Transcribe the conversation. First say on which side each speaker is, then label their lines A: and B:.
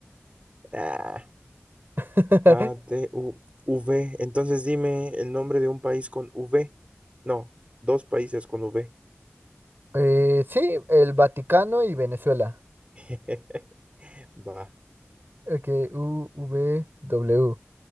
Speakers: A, on the right; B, on the right.
A: Ah,
B: <laughs>
A: A, T, U, V. Entonces dime el nombre de un país con V. No, dos países con V.
B: Eh, sí, el Vaticano y Venezuela.
A: <laughs> Va.
B: Ok, U, V, W.